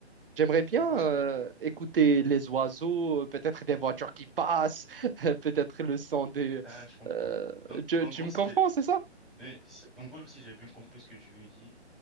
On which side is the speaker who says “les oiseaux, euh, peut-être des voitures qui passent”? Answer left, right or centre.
Right